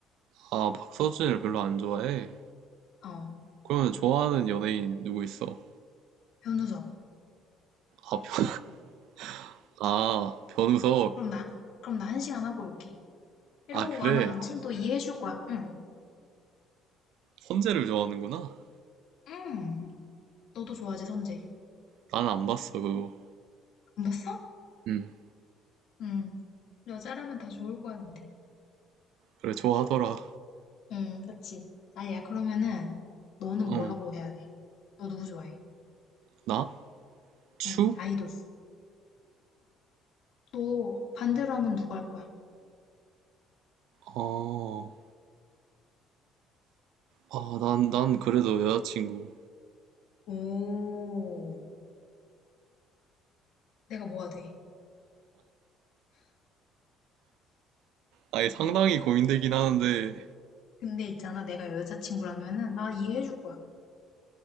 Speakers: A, on the right; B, on the left.
A: 아, 박서준을 별로 안 좋아해.
B: 어,
A: 그러면 좋아하는 연예인 누구 있어?
B: 변우석.
A: 아, 변, <laughs> 아, 변우석.
B: 그럼 나, 그럼 나 한 시간 하고 올게. 이러고
A: 아, 그래.
B: 아마 남친도 이해해줄 거야. 응.
A: 선재를 좋아하는구나.
B: 응. 너도 좋아하지, 선재.
A: 난 안 봤어, 그거.
B: 안 봤어?
A: 음,
B: 응 여자라면 다 좋을 거야, 근데.
A: 그래, 좋아하더라.
B: 응, 그치. 아야, 그러면은 너는
A: 어.
B: 뭐라고 해야 돼? 너 누구 좋아해?
A: 나? 추?
B: 응, 아이돌. 수. 너 반대로 하면 누구 할 거야?
A: 어, 아, 난, 난 그래도 여자친구.
B: 오. 내가 뭐가 돼?
A: 아니, 상당히 고민되긴 하는데,
B: 근데 있잖아, 내가 여자친구라면은 나 이해해줄 거야.